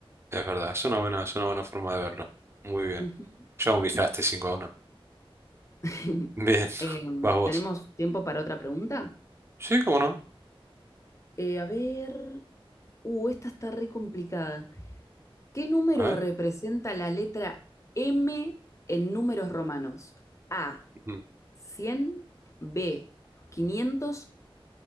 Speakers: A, on the right; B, on the left.
A: Es verdad, es una buena, es una buena forma de verlo. Muy bien.
B: Ujú.
A: Ya humillaste 5 a uno?
B: <laughs>
A: Bien, <laughs>
B: Eh,
A: vas vos.
B: ¿tenemos tiempo para otra pregunta?
A: Sí, cómo no.
B: Eh, a ver. Uh, esta está re complicada. ¿Qué número
A: A ver.
B: representa la letra M en números romanos? A,
A: Mm.
B: 100, B, 500